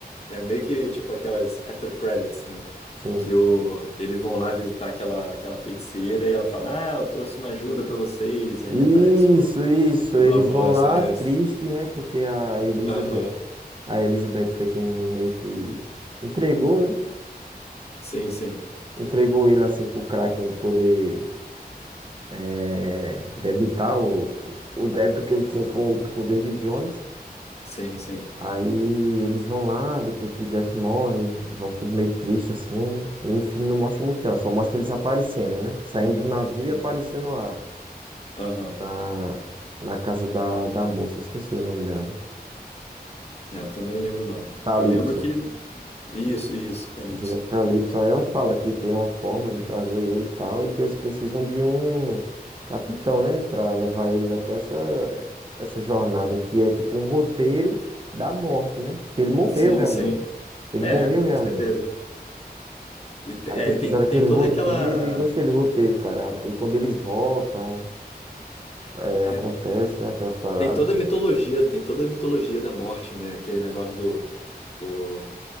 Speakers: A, on the left (about 40°); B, on the right (about 30°).
A: né? Meio que tipo aquelas after credits, né?
B: Sim.
A: Que o, eles vão lá visitar aquela, aquela feiticeira e ela fala, ah, eu trouxe uma ajuda pra vocês. E aí
B: Isso,
A: aparece o,
B: isso.
A: o
B: Eles
A: Barbosa.
B: vão lá
A: é
B: triste,
A: esse.
B: né, porque a Elizabeth,
A: Aham.
B: a Elizabeth foi quem meio que entregou, né?
A: Sim, sim.
B: Entregou ele assim pro Kraken poder é, debitar o, o débito que ele tinha com, com o David Jones.
A: Sim, sim,
B: Aí eles vão lá, depois que o Jack morre, vão tudo meio triste assim. E no filme não mostra muito não, só mostra eles aparecendo, né? Saindo do navio
A: sim.
B: e aparecendo lá
A: Aham.
B: na, na casa da, da moça, esqueci o nome dela.
A: Não, eu também não lembro, não.
B: Calypso.
A: Eu lembro que. Isso, isso, Calypso.
B: Casa do Apocalipse. Aí ela fala que tem uma forma de trazer ele e tal, e que eles precisam de um capitão, né? Pra levar eles até essa, essa jornada, que é tipo um roteiro da morte, né? Porque ele morreu
A: Sim,
B: realmente.
A: sim.
B: Ele
A: É,
B: morreu
A: com
B: realmente.
A: certeza. E, te-
B: Aí
A: é,
B: tipo,
A: e tem,
B: fizeram
A: tem
B: aquele
A: toda
B: roteiro
A: aquela.
B: e gostei do roteiro, cara. E quando eles voltam, é,
A: é,
B: acontece, né? Aquelas paradas.
A: tem toda a mitologia, tem toda a mitologia da morte, né? Aquele negócio do. o-